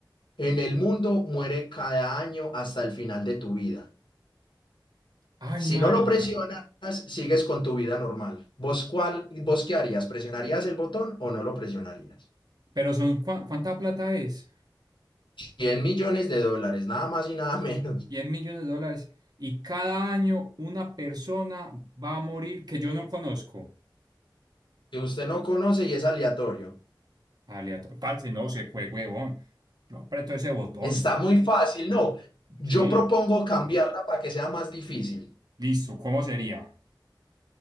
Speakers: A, on the left; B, on the right.
A: en el mundo muere cada año hasta el final de tu vida.
B: Ay,
A: Si
B: marica.
A: no lo presionas, sigues con tu vida normal. ¿Vos, cuál, vos qué harías? ¿Presionarías el botón o no lo presionarías?
B: Pero son, ¿cuá- ¿cuánta plata es?
A: 100 millones de dólares, nada más y nada <laughs> menos,
B: 10 millones de dólares. Y cada año una persona va a morir que yo no conozco.
A: que usted no conoce y es aleatorio.
B: Aleato- Parce, no se fue, huevón. Yo aprieto ese botón.
A: Está muy fácil, no. Yo
B: Sí.
A: propongo cambiarla para que sea más difícil.
B: Listo, ¿cómo sería?